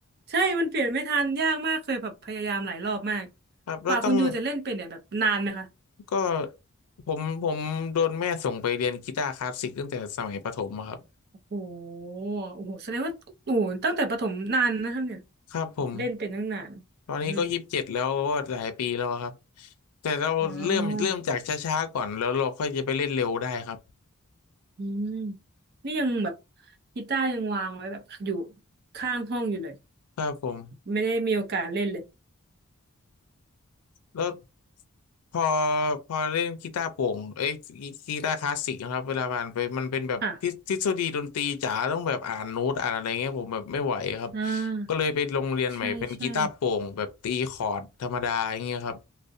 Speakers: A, on the right; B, on the left.
A: ใช่มันเปลี่ยนไม่ทันยากมากเคยแบบพยายามหลายรอบมาก
B: ครับเราต้อง
A: กว่าคุณยูจะเล่นเป็นเนี่ยแบบนานไหมคะ
B: ก็ผมผมโดนแม่ส่งไปเรียนกีตาร์คลาสสิกตั้งแต่สมัยประถมอะครับ
A: โอ้โหโอ้โหแสดงว่าโอ้โหตั้งแต่ประถมนานนะครับเนี่ย
B: ครับผม
A: แบบเล่นเป็นตั้งนาน
B: ตอนนี้ก็ยี่สิบเจ็ดแล้วก็หลายปีแล้วครับ
A: อืม
B: แต่เราเริ่มเริ่มจากช้าๆก่อนแล้วเราค่อยจะไปเล่นเร็วได้ครับ
A: อ๋ออืมนี่ยังแบบกีตาร์ยังวางไว้แบบอยู่ข้างห้องอยู่เลย
B: ครับผม
A: ไม่ได้มีโอกาสเล่นเลย
B: แล้วพอพอเล่นกีตาร์โปร่งเอ้ยกีกีตาร์คลาสสิกนะครับเวลาผ่านไปมันเป็นแบบทฤทฤษฎีดนตรีจ๋าต้องแบบอ่านโน้ตอ่านอะไรเงี้ยผมแบบไม่ไหวครับ
A: ค่ะอ่า
B: ก็เลยไปโรงเรียนใหม่เป็นกีตาร์โปร่งแบบตีคอร์ดธรรมดาอย่างเงี้ยครับ
A: ใช่ใช่